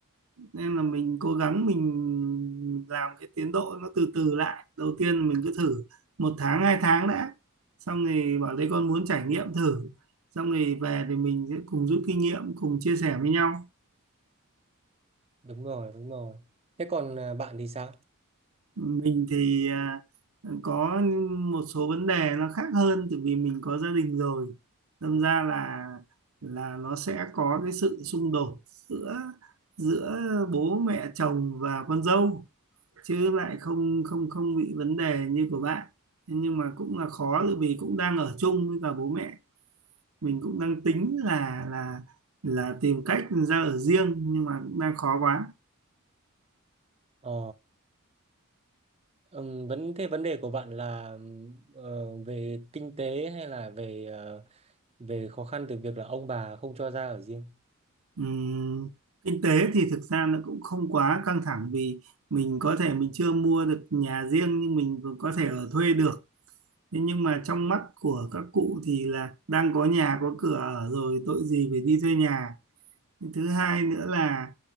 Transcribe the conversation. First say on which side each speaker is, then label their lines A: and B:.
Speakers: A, on the right; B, on the right.
A: nên là mình cố gắng mình làm cái tiến độ nó từ từ lại đầu tiên mình cứ thử một tháng hai tháng đã xong rồi bảo đây con muốn trải nghiệm thử xong rồi về thì mình sẽ cùng rút kinh nghiệm cùng chia sẻ với nhau
B: đúng rồi đúng rồi. Thế còn ờ, bạn thì sao?
A: mình thì à, có một số vấn đề nó khác hơn tại vì mình có gia đình rồi đâm ra là là nó sẽ có cái sự xung đột giữa giữa bố mẹ chồng và con dâu chứ lại không không không bị vấn đề như của bạn Thế nhưng mà cũng là khó tại vì cũng đang ở chung với cả bố mẹ mình cũng đang tính là là là tìm cách ra ở riêng nhưng mà cũng đang khó quá
B: Ờ, ừm, vấn thế vấn đề của bạn là ừm, ờ, về kinh tế hay là về ờ, về khó khăn từ việc là ông bà không cho ra ở riêng?
A: Ừm, kinh tế thì thực ra nó cũng không quá căng thẳng vì mình có thể mình chưa mua được nhà riêng nhưng mình vẫn có thể ở thuê được. Thế nhưng mà trong mắt của các cụ thì là đang có nhà có cửa ở rồi tội gì phải đi thuê nhà thứ hai nữa là